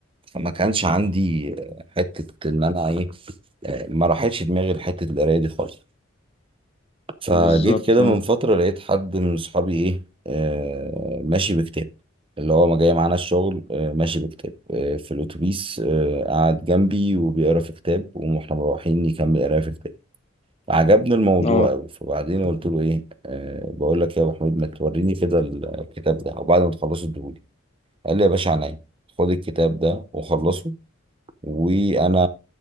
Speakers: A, on the right (about 25°); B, on the left (about 30°).
A: فما كانش عندي آه، حتة ان انا ايه آه، ما راحتش دماغي لحتة القراية دي خالص فجيت
B: بالظبط
A: كده
B: اه
A: من فترة لقيت حد من صحابي ايه آه، ماشي بكتاب اللي هو ما جاي معانا الشغل آه، ماشي بكتاب آه، في الأتوبيس آه، قعد جنبي وبيقرا في كتاب واحنا مروحين يكمل قرايه في كتاب عجبني الموضوع
B: اه
A: أوي فبعدين قلت له إيه أه بقول لك يا أبو حميد ما توريني كده الكتاب ده وبعد ما تخلصه اديهولي قال لي يا باشا عينيا خد الكتاب ده وخلصه وأنا